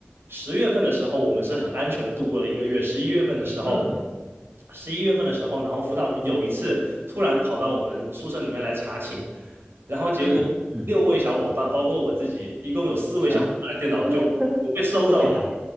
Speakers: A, on the right; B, on the right.
A: 十月份的时候，我们是很安全的度过了一个月。十一月份的时候，
B: 嗯
A: 十一月份的时候，然后辅导员有一次突然跑到我们宿舍里面来查寝，然后结果六位小伙伴，
B: 嗯嗯，
A: 包括我自己，一共有四位小伙伴的电脑就就被收走了，
B: 全部嗯都被发